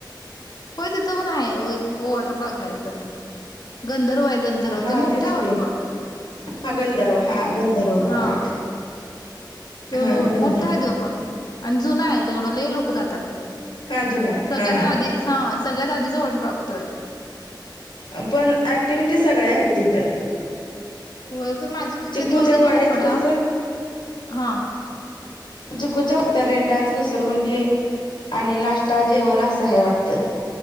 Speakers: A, on the left; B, on the left.
A: होय तिथं पण आहे हो एक. वॉटर पार्क आहे तिथं पण. गंधर्व आहे, गंधर्व
B: हा
A: ते मोठा
B: तेच
A: आहे
B: की
A: वॉटर पार्क.
B: हा गंधर्व, हा गंधर्व बघा
A: हा
B: राईट.
A: तो
B: हा गंधर्व
A: मोठा आहे तो पण. आणि जुना आहे. तिकडं लई लोक जातात ते.
B: हा जुना आहे
A: सगळ्यात
B: हा
A: आधी, हा सगळ्यात आधीचा वॉटर पार्क तो आहे.
B: पण ऍक्टिव्हिटी सगळ्या आहेत तिथं.
A: होय तर माझं <unintelligible>
B: चिक्कूच्या
A: कधी बघितलं
B: वाडीत
A: नाही सोडा.
B: कसं
A: हा
B: <unintelligible> रेन डान्स, घसरगुंडी आणि नाश्ता, जेवण अस आहे वाटतं.